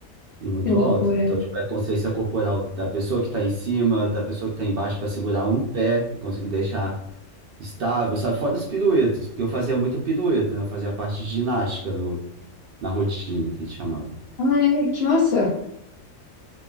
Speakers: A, on the right; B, on the left.
A: E muito
B: Que loucura.
A: alto. Então, tipo, é a consciência corporal da pessoa que tá em cima, da pessoa que tá embaixo pra segurar um pé e conseguir deixar estável, sabe? Fora as piruetas, porque eu fazia muita pirueta, né? Eu fazia a parte de ginástica no, na rotina, que a gente chamava.
B: Ah, é, que massa.